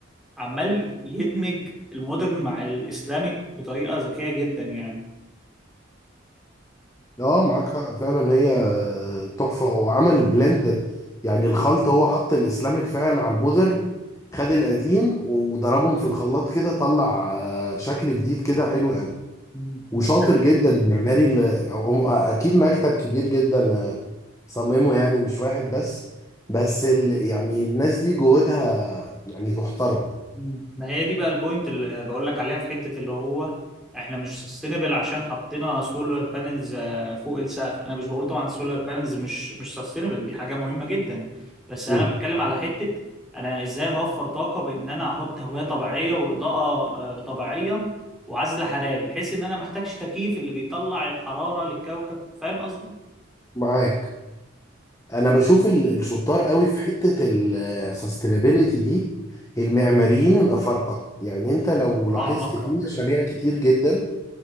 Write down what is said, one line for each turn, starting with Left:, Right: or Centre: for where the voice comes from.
Centre: عمال يدمج المودرن مع الاسلاميك بطريقه ذكيه جدا يعني
Left: اه معاك حق فعلا هي تحفة هو عمل بلند يعني الخلط هو حط الاسلامك فعلا على المودرن خد القديم وضربهم في الخلاط كده طلع آه، شكل جديد كده حلو قوي
Centre: مم.
Left: وشاطر
Centre: ده غير
Left: جدا المعماري اللي هو اكيد مكتب كبير جدا آه، صممه يعني مش واحد بس بس ال... يعني الناس دي جهودها يعني تحترم
Centre: مم. ما هي دي بقى البوينت اللي بقول لك عليها في حته اللي هو احنا مش سستينبل عشان حطينا سولار بانلز فوق السقف انا مش بقول طبعا سولار بانلز مش مش سستينبل دي حاجه مهمه جدا بس
Left: مم.
Centre: انا بتكلم على حته انا ازاي هوفر طاقه بان انا احط هوايه طبيعيه واضاءه آه، طبيعيه وعزل حراري بحيث ان انا محتاجش تكييف اللي بيطلع الحراره للكوكب فاهم قصدي؟
Left: معاك انا بشوف ال- الشطار قوي في حتة السستينابيليتي دي المعماريين الافارقة يعني انت لو لاحظت
Centre: اه بكره
Left: في مشاريع كتير جدا